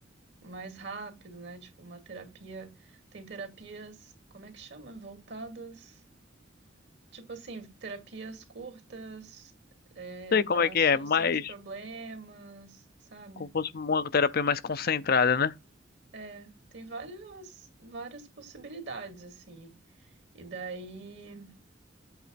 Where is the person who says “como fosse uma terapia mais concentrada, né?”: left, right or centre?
Left